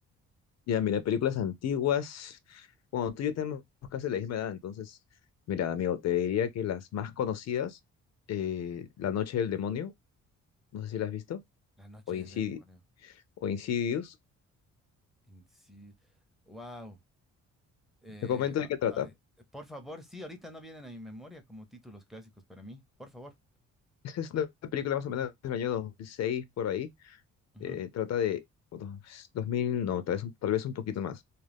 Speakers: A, on the left; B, in the centre.
A: Ya, mira, películas antiguas. Bueno, tú y yo tenemos casi la misma edad, entonces, mira, amigo, te diría que las más conocidas, eh, La Noche del Demonio, no sé si la has visto,
B: La noche
A: o, Insidi-
B: del demonio.
A: o Insidious.
B: Inci- Wow. Eh,
A: Te comento
B: a-
A: de qué trata.
B: a- por favor, sí, ahorita no vienen a mi memoria como títulos clásicos para mí. Por favor.
A: Esta es una película más o menos del año 2006 por ahí.
B: Ujú.
A: Eh, trata de o dos- 2000, no, tal vez, un- tal vez un poquito más,